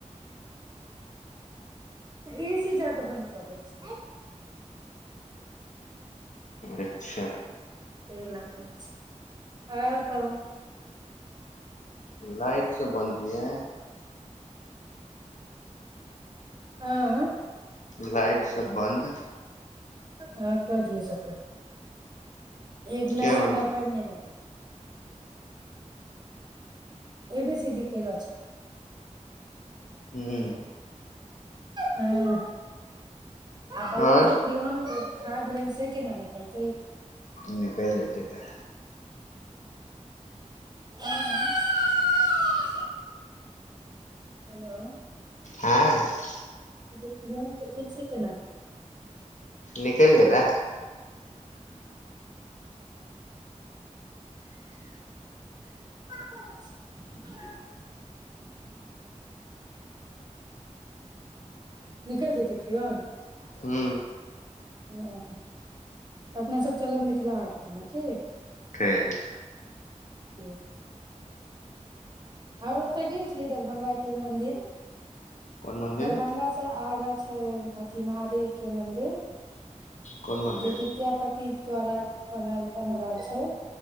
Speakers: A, on the right; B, on the left.
A: एसी जक बन्द कॉलेज
B: अच्छा
A: ते लगबै छै आओर कहू
B: लाइट सब बन्द क
A: हँ
B: लाइट सब बन्द
A: ह कऽ दियए सब एक ग्िलस
B: किया
A: ठणडा
B: बन्द क
A: पान ने ए सिडी केेल
B: ह्म
A: हँ आ बौआ
B: ह आओर
A: जे क्रवन खाग गेलेन सेके नानी त
B: निकलि जेतै क
A: हँ हेलो
B: हँ
A: जे च चसे न
B: निकलि जेतै
A: <unintelligible> निकल जेतै कि
B: हू
A: हँ अपनासभ चलब मिथिला हाट गमे की
B: ठीक
A: ठीक छै आओर ओतय गेल छियै दरभंगा के मन्दिर
B: कोन मन्दिर
A: दरभंगा से आगा छै अथी महादेव के मन्दिर
B: कोन मन्दिर
A: जे विद्यापति दोराा बन बनब छै